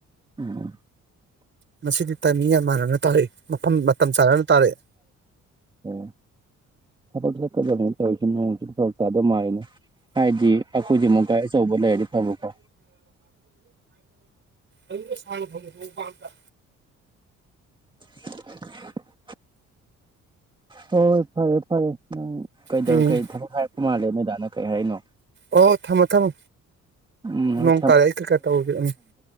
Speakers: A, on the right; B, on the right.
A: ꯎꯝ
B: ꯉꯗꯤ ꯃꯤ ꯌꯥꯝꯃꯅꯅ ꯇꯥꯔꯦ ꯃꯐꯝ ꯃꯇꯝ ꯆꯥꯅꯅ ꯇꯥꯔꯛꯑꯦ
A: ꯑꯣ ꯊꯕꯛ ꯆꯠꯀꯗꯕꯅꯤ ꯇꯧꯔꯤꯁꯤ ꯅꯣꯡ ꯊꯕꯛ ꯆꯥ ꯑꯗꯨ ꯃꯥꯏꯅꯤ ꯍꯥꯏꯗꯤ ꯑꯩꯈꯣꯏꯁꯤ ꯑꯃꯨꯛ ꯀꯥꯏ ꯑꯆꯧꯕ ꯂꯩꯔ ꯊꯃꯀꯣ
B: ꯑꯪꯩꯅ ꯁꯥꯟ ꯊꯅ ꯍ ꯄꯥꯟꯗ
A: <unintelligible> ꯍꯣꯏ ꯐꯔꯦ ꯐꯔꯦ ꯎꯝ ꯀꯩꯗꯧꯔ
B: ꯎꯝ
A: ꯀꯩ ꯊꯕꯛ ꯍꯥꯏꯔꯛꯄ ꯃꯥꯜꯂꯦ ꯅꯣꯏꯗꯥꯅ ꯀꯩꯔꯤ ꯍꯥꯏꯅꯣ
B: ꯑꯣ ꯊꯝꯃꯣ ꯊꯝꯃꯣ
A: ꯎꯝ ꯍꯣꯏ
B: ꯅꯣꯡ ꯇꯥꯔꯛ ꯑꯩ ꯀꯩꯀꯥ ꯇꯧꯕꯕꯤꯔꯛꯅ